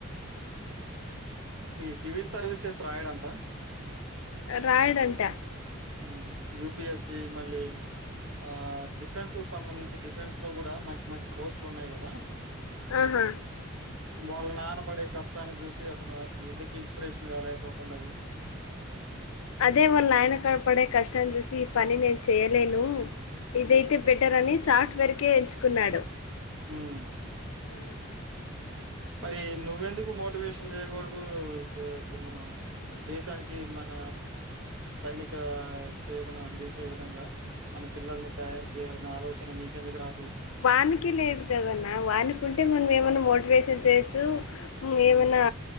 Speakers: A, on the right; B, on the left.
A: ఈ సివిల్ సర్వీసెస్ రాయడంట
B: రాయడంటా
A: హ్మ్ యుపిఎస్సి మళ్ళీ ఆ డిఫెన్స్ సంబంధించి డిఫెన్స్ లో కూడా మంచి మంచి పోస్ట్లు ఉన్నాయి కదా
B: ఆహా
A: వాళ్ళ నానబడే కష్టాన్ని చూసి అతను ఎందుకు ఇన్స్పిరేషన్ కాలేకపోతుండ అవి
B: అదే వాళ్ళ ఆయన కనపడే కష్టాన్ని చూసి ఈ పని నేను చెయ్యలేను ఇదైతే
A: హ్మ్.
B: బెటర్ అని సాఫ్ట్వేర్కే ఎంచుకున్నాడు
A: హ్మ్
B: ఆ
A: మరి నువ్వెందుకు మోటివేషన్ చేయకూడదు ది మనం దేశానికి మన సైనిక సేవను అందించే విధంగా మన పిల్లల్ని తయారు సేయాలనే ఆలోచన నీకు ఎందుకు రా
B: వానికి లేదు కదన్న వానికి ఉంటే మనం ఏమన్నా మోటివేషన్ చేయోచ్చు
A: హ్మ్.
B: ఏమన్నా